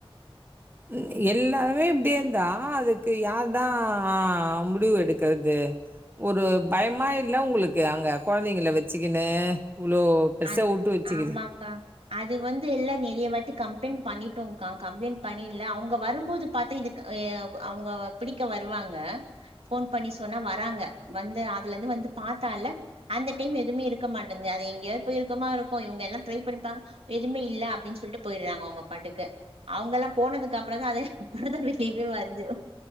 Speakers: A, on the right; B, on the right.
A: எ எல்லாருமே இப்டியே இருந்தா அதுக்கு யார் தா முடிவு எடுக்குறது ஒரு பயமா இல்ல உங்களுக்கு அங்க கொழந்தைங்கள வெச்சுக்குனு இவ்ளோ பெருசா
B: அத்
A: உட்டு வச்சுக்குது
B: ஆமாக்கா அது வந்து எல்லா நெறைய வாட்டி கம்ப்ளைண்ட் பண்ணிட்டோங்கா கம்ப்ளைண்ட் பண்ணில அவங்க வரும்போது பாத்து இதுக்கு <unintelligible> அவங்க பிடிக்க வருவாங்க ஃபோன் பண்ணி சொன்னா வராங்க வந்து அதுல இருந்து வந்து பாத்தால அந்த டைம் எதுவுமே இருக்க மாட்டன்து அது எங்கயா ப்பாஇருகமா இருக்கொ இவங்க எல்லா ட்ரை பண்ணப்பா எதுவுமே இல்ல அப்டின்னு சொல்லிட்டு போயிறாங்க அவங்க பாட்டுக்கு அவங்கலா போனதுக்கு அப்றோதா அத <unintelligible> வந்துரு